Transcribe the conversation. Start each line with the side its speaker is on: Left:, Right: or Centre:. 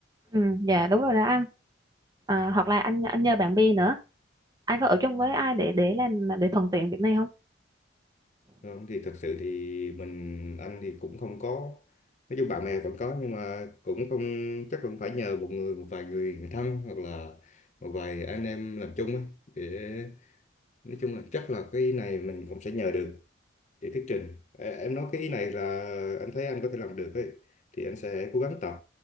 Right: ừ, dạ đúng rồi đó anh à, hoặc là anh anh nhờ bạn bè nữa anh có ở chung với ai để để làm để thuận tiện việc này không
Left: không thì thật sự thì mình anh thì cũng không có nói chung bạn bè vẫn có nhưng mà cũng không chắc cũng phải nhờ một người một vài người, người thân hoặc là một vài anh em làm chung ấy để nói chung là chắc là cái ý này mình cũng sẽ nhờ được để thuyết trình Ê, em nói cái ý này là anh thấy anh có thể làm được ấy thì anh sẽ cố gắng tập